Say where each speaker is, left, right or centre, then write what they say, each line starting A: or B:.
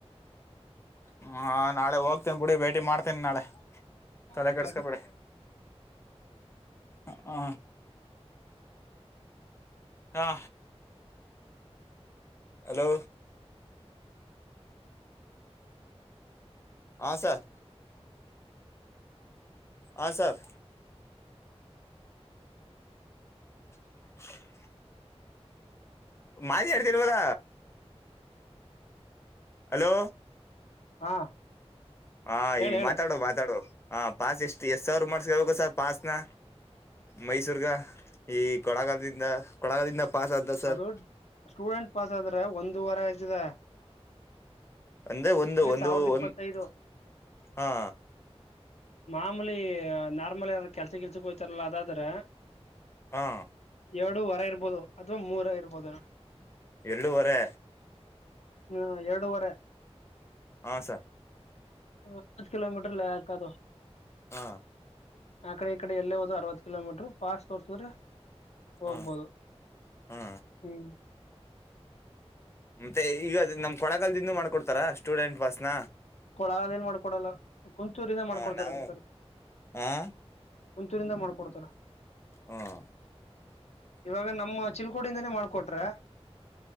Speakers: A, on the left (about 25°); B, on the left (about 80°).
A: ಹ್ಮ ನಾಳೆ ಹೋಗ್ತೇನ್ ಬಿಡಿ ಭೇಟಿ ಮಾಡ್ತೇನಿ ನಾಳೆ <inaudible> ತಲೆ
B: ವಿಚಾರ
A: ಕೆಡಸ್ಕೊಬಿಡಿ ಹಾ ಹಾ ಹಲೋ ಹಾ ಸರ್ ಹಾ ಸರ್ <inaudible> ಮಾತಾಡ್ತಿಲ್ವಲ್ಲ ಹಲೋ
B: ಹಾ
A: ಹಾ
B: ಹೇಳು
A: ಈ
B: ಹೇಳು
A: ಮಾತಾಡು ಮಾತಾಡು ಪಾಸ್ ಎಷ್ಟು ಎಷ್ಟ ಸಾವ್ರ ಮಾಡ್ಸ್ಕೊಳ್ಬೇಕು ಸರ್ ಪಾಸ್ನ ಮೈಸೂರ್ಗ ಈ ಕೊಳಗಾಲದಿಂದ ಕೊಳಗಾಲದಿಂದ ಪಾಸ್ ಆದ ಸರ್
B: ಅದು ಸ್ಟೂಡೆಂಟ್ ಪಾಸ್ ಆದ್ರೆ ಒಂದು ವಾರ ಆಯತಿದೆ
A: ಅಂದ್ರೆ ಒಂದು ಒಂದು
B: ಸಾವಿರದ ಇಪ್ಪತ್ತೈದು
A: ಒಂದು <inaudible> ಹಾ
B: ಮಾಮೂಲಿ ನಾರ್ಮಲ್ ಯಾರ ಕೆಲ್ಸ ಕೆಲ್ಸಕ್ ಹೋಯ್ತಾರಲ್ಲ ಅದಾದ್ರೆ
A: ಹಾ
B: ಎರಡು ವರೆ ಇರ್ಬೋದು ಅಥ್ವಾ ಮೂರ ಇರ್ಬೋದು
A: ಎರಡೂವರೆ
B: ಹಾ ಎರಡೂವರೆ
A: ಹಾ ಸರ್
B: ಅರವತ್ ಕಿಲೋಮೀಟರ್ಲ್ಲಿ ಹಾಕದು
A: ಹಾ
B: ಆ ಕಡೆ ಈ ಕಡೆ ಎಲ್ಲೇ ಹೋದರು ಅರ್ವತ್ ಕಿಲೋಮೀಟ್ರ ಪಾಸ್ ತೋರ್ಸುದ್ರೆ ಹೋಗ್ಬೋದು
A: ಹಾ
B: <inaudible>
A: ಹಾ
B: ಹ್ಮ್
A: ಮತ್ತೆ ಈಗ ನಮ್ಮ್ ಕೊಳ್ಳೇಗಾಲದಿಂದ ಮಾಡ್ಕೊಡ್ತಾರ ಸ್ಟೂಡೆಂಟ್ ಪಾಸ್ನ
B: ಕೊಳ್ಳೇಗಾಲದಿಂದ ಮಾಡ್ಕೊಡಲ್ಲ ಕುಂತೂರಿಂದ ಮಾಡ್ಕೊಡ್ತಾರೆ
A: ಹ ನಾವು
B: ಬೇಕಾರೆ
A: ಹ
B: ಕುಂತೂರಿಂದ ಮಾಡ್ಕೊಡ್ತಾರ
A: ಹ
B: <inaudible> ಇವಾಗ ನಮ್ಮ ಚಿಲ್ಕೋಡಿಂದನೇ ಮಾಡ್ಕೊಟ್ರೇ